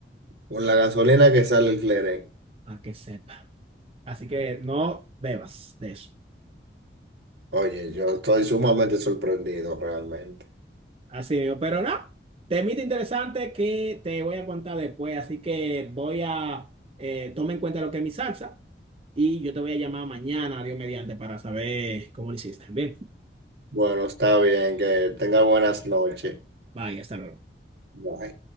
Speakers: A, on the right; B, on the right.
A: con la gasolina que sale el Cleren.
B: a que sepa. Así que no bebas de eso.
A: Oye, yo estoy sumamente sorprendido realmente.
B: Así mismo, pero no, temita interesante que te voy a contar después, así que voy a, eh, toma en cuenta lo que es mi salsa y yo te voy a llamar mañana, Dios mediante, para saber cómo lo hiciste. Bien,
A: Bueno, está bien, que tenga buenas noches.
B: bye, hasta luego.
A: Bye.